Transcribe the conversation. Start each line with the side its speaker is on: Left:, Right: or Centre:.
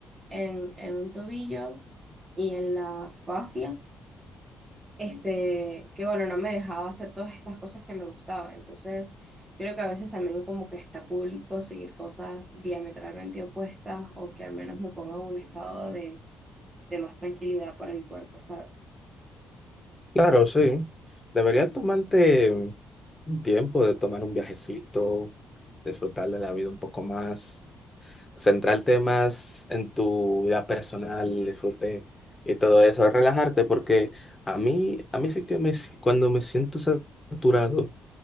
Right: en, en un tobillo y en la fascia este, que bueno, no me dejaba hacer todas estas cosas que me gustaban. Entonces, creo que a veces también como que está cool conseguir cosas diametralmente opuestas o que al menos me pongan en un estado de, de más tranquilidad para el cuerpo, ¿sabes?
Left: Claro, sí. Deberías tomarte un tiempo de tomar un viajecito, disfrutar de la vida un poco más centrarte más en tu vida personal, el disfrute y todo eso, relajarte, porque a mí, a mí sí que me, si- cuando me siento saturado,